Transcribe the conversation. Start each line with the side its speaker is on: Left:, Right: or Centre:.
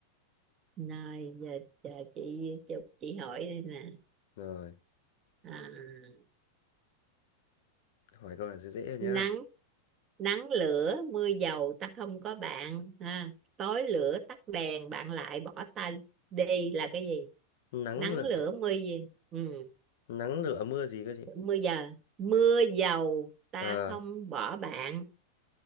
Right: rồi giờ chờ chị chị hỏi đây nè
Left: rồi
Right: à,
Left: hỏi câu là dễ dễ rồi nhá
Right: nắng nắng lửa mưa dầu ta không có bạn ha tối lửa tắt đèn bạn lại bỏ ta đi là cái gì
Left: nắng
Right: nắng
Left: lửa
Right: lửa mưa gì ừ.
Left: Nắng lửa mưa gì cơ chị?
Right: mưa giờ mưa dầu ta
Left: À,
Right: không bỏ bạn